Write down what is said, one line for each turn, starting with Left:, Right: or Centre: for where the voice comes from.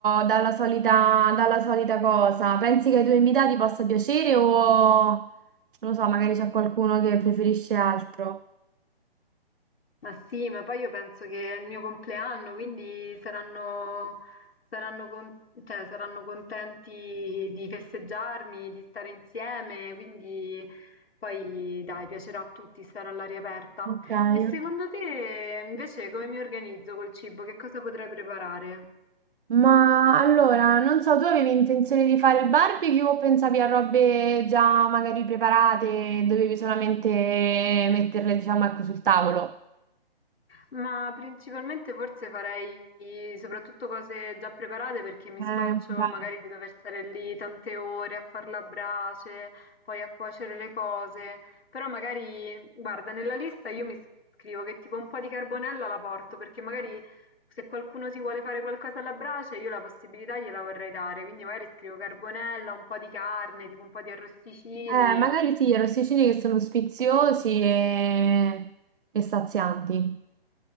Right: dalla solita, dalla solita cosa. Pensi che ai tuoi invitati possa piacere o non lo so, magari c'è qualcuno che preferisce altro?
Left: Ma sì, ma poi io penso che è il mio compleanno, quindi saranno, saranno con- cioè, saranno contenti di festeggiarmi, di stare insieme, quindi poi dai, piacerà a tutti stare all'aria aperta.
Right: Ok,
Left: E secondo
Right: ok.
Left: te invece come mi organizzo col cibo? Che cosa potrei preparare?
Right: Ma allora, non so, tu avevi intenzione di fare il barbecue o pensavi a robe già magari preparate, dovevi solamente metterle, diciamo, ecco, sul tavolo?
Left: Ma principalmente forse farei soprattutto cose già preparate perché mi
Right: Eh,
Left: scoccio
Right: infatti.
Left: magari di dover stare lì tante ore a far la brace, poi a cuocere le cose. Però magari, guarda, nella lista io mi scrivo che tipo un po' di carbonella la porto perché magari se qualcuno si vuole fare qualcosa alla brace io la possibilità gliela vorrei dare. Quindi magari scrivo carbonella, un po' di carne, tipo un po' di arrosticini
Right: Eh, magari sì, i arrosticini che sono sfiziosi e, e sazianti.